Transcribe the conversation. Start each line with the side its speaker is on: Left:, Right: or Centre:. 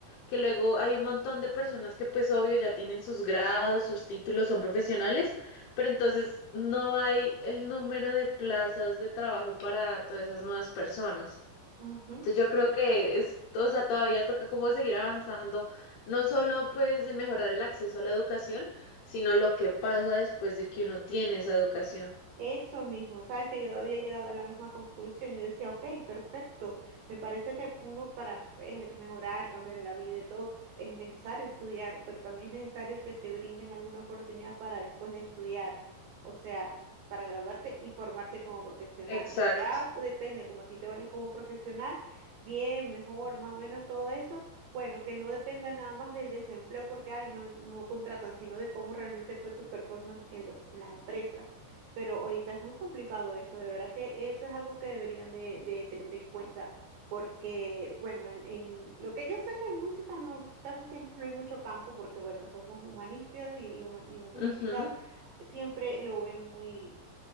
Left: que luego hay un montón de personas que pues obvio ya tienen sus grados, sus títulos, son profesionales, pero entonces no hay el número de plazas de trabajo para todas esas nuevas personas.
Right: Ujú.
Left: Entonces yo creo que es, o sea, todavía toca como seguir avanzando, no solo pues en mejorar el acceso a la educación, sino lo que pasa después de que uno tiene esa educación.
Right: Eso mismo, sabes que yo había llegado a la misma conclusión. Yo decía, ok, perfecto. Me parece que uno para eh, mejorar, cambiar la vida y todo, es necesario estudiar, pero también es necesario que te brinden alguna oportunidad para después de estudiar, o sea, para graduarte y formarte como profesional.
Left: Exacto.
Right: Y ya depende, como a ti te vayas como profesional, bien, mejor, más o menos todo eso. Bueno, que no dependa nada más del desempleo, porque ay, no, no contratan, sino de cómo realmente fue tu performance en los, en las empresas pero ahorita es muy complicado eso, de verdad que eso es algo que deberían de, de tener en cuenta, porque, bueno, en, en lo que yo sé que en música no, pues, casi siempre no hay mucho campo, porque, bueno, somos humanistas y, y human- en humanística
Left: Ujú,
Right: siempre lo ven muy